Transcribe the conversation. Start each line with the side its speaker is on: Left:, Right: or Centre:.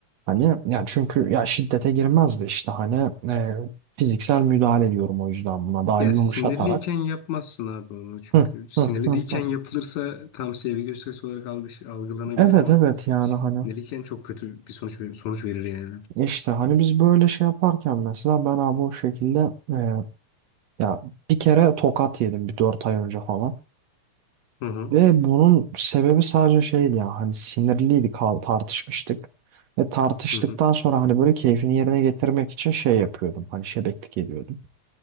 Right: Hani ya çünkü ya şiddete girmezdi işte hani e, fiziksel müdahale ediyorum o yüzden buna daha
Left: Ya
Right: yumuşatarak.
Left: sinirliyken yapmazsın abi onu çünkü
Right: Hı,
Left: sinirli
Right: hı, hı,
Left: değilken
Right: hı.
Left: yapılırsa tam sevgi gösterisi olarak algı- algılanabilir
Right: Evet
Left: ama
Right: evet yani hani
Left: sinirliyken çok kötü bir sonuç ver- sonuç verir yani.
Right: işte hani biz böyle şey yaparken mesela ben abi o şekilde e, ya bir kere tokat yedim bir dört ay önce falan
Left: Hı hı.
Right: ve bunun sebebi sadece şeydi ya hani sinirliydik ha- tartışmıştık ve tartıştıktan
Left: Hı hı.
Right: sonra hani böyle keyfini yerine getirmek için şey yapıyordum hani şebeklik ediyordum